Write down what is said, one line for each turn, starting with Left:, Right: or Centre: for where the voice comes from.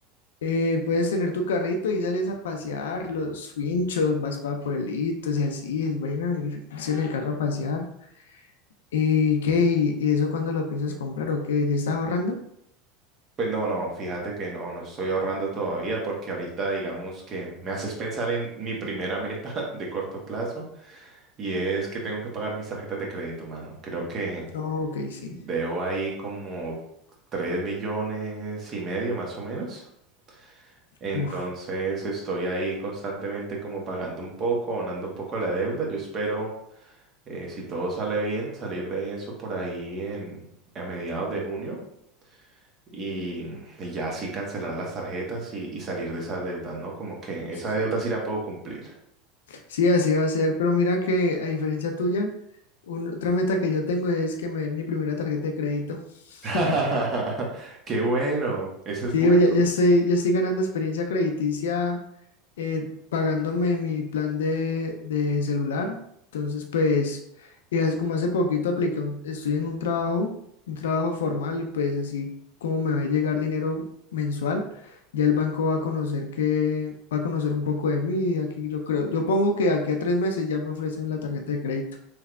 Left: Eh, puedes tener tu carrito y sales a pasear los finchos, vas para pueblitos y así, es bueno ir- irse en el carro a pasear. ¿Y qué? ¿Y, y eso cuándo lo piensas comprar o qué? ¿Ya estás ahorrando?
Right: Pues no, no, fíjate que no, no estoy ahorrando todavía porque ahorita digamos que me haces pensar en mi primera meta <laughs> de corto plazo Y es que tengo que pagar mis tarjetas de crédito, mano. Creo que
Left: Ok, sí.
Right: debo ahí como 3 millones y medio más o menos. Entonces
Left: Uf.
Right: estoy ahí constantemente como pagando un poco, abonando un poco a la deuda. Yo espero, eh, si todo sale bien, salir de eso por ahí en, a mediados de junio y, y ya así cancelar las tarjetas y, y salir de esa deuda, ¿no? Como que
Left: sí.
Right: esa deuda sí la puedo cumplir.
Left: Sí, así va a ser, pero mira que a diferencia tuya, un- otra meta que yo tengo es que me den mi primera tarjeta de crédito.
Right: <laughs>
Left: <laughs>
Right: Qué bueno, ese
Left: Sí,
Right: es bueno.
Left: yo ya ya estoy, ya estoy ganando experiencia crediticia eh, pagándome mi plan de, de celular. Entonces, pues, y hace- como hace poquito apliqué, un- estoy en un trabajo, un trabajo formal y pues así como me va a llegar dinero mensual, ya el banco va a conocer que, va a conocer un poco de mí y aquí yo creo, yo pongo que aquí a tres meses ya me ofrecen la tarjeta de crédito.